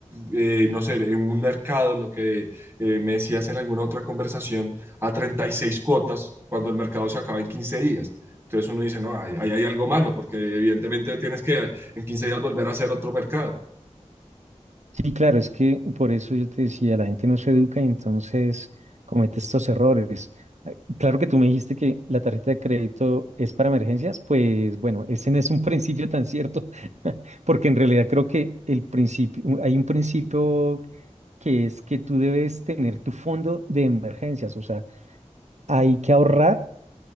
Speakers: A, on the right; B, on the right.
A: eh, no sé, en un mercado, lo que eh, me decías en alguna otra conversación, a 36 cuotas cuando el mercado se acaba en 15 días. Entonces uno dice, no, ahí hay, hay algo malo, porque evidentemente tienes que en 15 días volver a hacer otro mercado.
B: Sí, claro, es que por eso yo te decía, la gente no se educa y entonces comete estos errores. Eh, Claro que tú me dijiste que la tarjeta de crédito es para emergencias, pues bueno, ese no es un <laughs> principio tan cierto, <laughs> porque en realidad creo que el principio, u- hay un principio que es que tú debes tener tu fondo de emergencias, o sea, hay que ahorrar